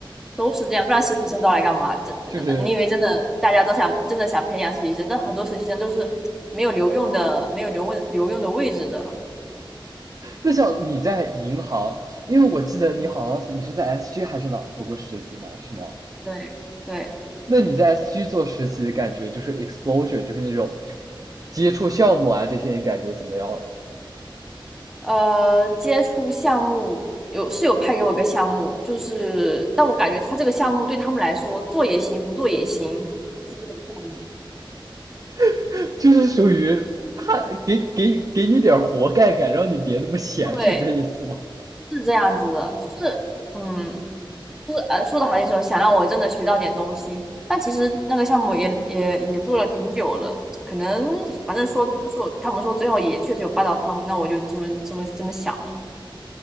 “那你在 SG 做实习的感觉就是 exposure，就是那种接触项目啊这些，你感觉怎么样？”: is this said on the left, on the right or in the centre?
Right